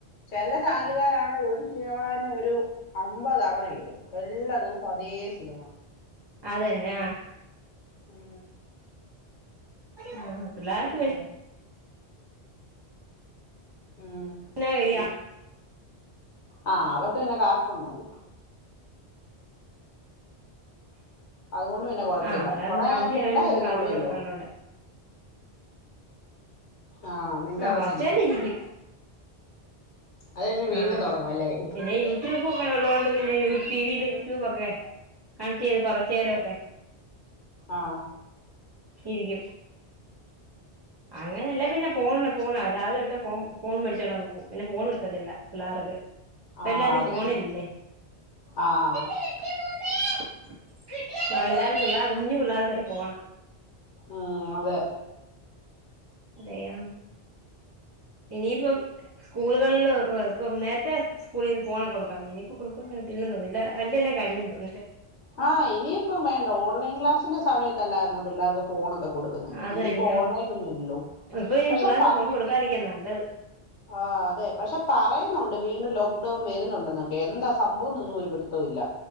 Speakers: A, on the left; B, on the right.
A: ചില ചാനലുകാരണെ ഒരു സിനിമ തന്നെ ഒരു അമ്പത് തവണയിടും എല്ലാ ദിവസവും അതേ സിനിമ
B: അതെന്നെ ആ
A: ഉം
B: ആ പിള്ളാർക്ക് വെ
A: കൊ- ഉം
B: പിന്നെ
A: പിന്ന
B: ഈ
A: ആ അവർക്ക് പിന്നെ കാർട്ടൂൺ മതി അതുകൊണ്ട് പിന്നെ കൊഴപ്പമില്ല
B: ആഹ് പിള്ളേർ
A: കുറെേ
B: പിന്നെ
A: നേരം
B: അവധി
A: മിണ്ടാതിരുന്നോള്ളൂല്ലോ
B: ആയോണ്ട് പിന്നെ കാർട്ടൂണൊക്കെ കണ്ടോണ്ടേ
A: ആഹ് മിണ്ടാതങ്ങിരിക്കും
B: ആ വച്ചാൽ ഇരിക്കും
A: അത് കഴിയുമ്പോ
B: ആ
A: വീണ്ടും തൊടങ്ങും അല്ലേ
B: പിന്നെ യൂട്യൂബ് ഒക്കെ ഉള്ളതോണ്ട് പിന്നെ യു ടിവിയില് യൂട്യൂബൊക്കെ കണക്ട് ചെയ്ത് കുറച്ചു നേരമൊക്കെ
A: ആഹ
B: ഇരിക്കും അങ്ങനെയല്ല പിന്നെ ഫോണ ഫോണാവ രാവിലെ തട്ട് ഫോൺ ഫോൺ േ മടിച്ചണ്ടുപോകും പിന്നെ ഫോൺ കിട്ടത്തില്ല പിള്ളേർക്ക് ഇപ്പ
A: ആഹ്
B: എല്ലാരും
A: അത്
B: ഫോണില്ലല്ലേ
A: ശരി ആഹ്
B: <unintelligible> അ എല്ലാവർക്കുംള്ള കുഞ്ഞു പിള്ളേർക്ക് വരെ പോണം
A: ഉം അതെ
B: അതെയ ഇനിയിപ്പം സ്കൂളുകളില് ഇപ്പം നേരത്തെ സ്കൂളിൽ നിന്ന് ഫോണൊക്കെ കൊടുക്കാ ഇനിയിപ്പൊ കൊടുക്കന്ന് പറത്തില്ലെന്ന് തോന്നുന്നില്ല അല്ല എല്ലാം കഴിഞ്ഞും തോന്നില്ലേ
A: ആഹ് ഇനിയിപ്പം വേണ്ട ഓൺലൈൻ ക്ലാസിന്റെ സമയത്തല്ലായിരരുന്നു പിള്ളേർക്ക് ഫോണൊക്കെ കൊടുക്കുന്നെ
B: അത്
A: ഇനിയിപ്പോ
B: തന്നെ
A: ഓൺലൈൻ ഒന്നും ഇല്ലല്ലോ
B: ഇപ്പൊ ഇനി
A: പക്ഷെ
B: പിള്ളേർക്ക്
A: പ്പ <inaudible>
B: ഫോൺ കൊടുക്കാതിരിക്കാ നല്ലത്
A: ആ അതെ പക്ഷെ പറയുന്നുണ്ട് വീണ്ടും ലോക്ക്ഡൌൺ വരുന്നുണ്ട്ന്നൊക്കെ എന്താ സംഭവംൊന്നും ഒരുപിടുത്തവുല്ല